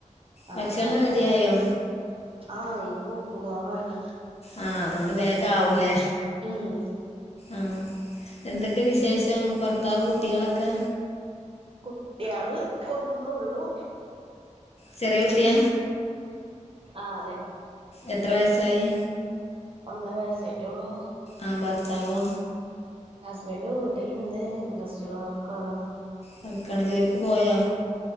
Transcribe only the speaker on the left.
ഭക്ഷണം
റെഡിയായോ?
ആഹ് അതുകൊണ്ട് വേഗം ആവൂലേ
ആഹ് എന്തൊക്കെ വിശേഷം ഭർത്താവ് കുട്ടികളൊക്കെ
ചെറിയ കുട്ടിയ
എത്ര വയസായി?
ആ ഭർത്താവോ?
വർക്ക്‌ ആണ് ജോലി ക്ക് പോയോ?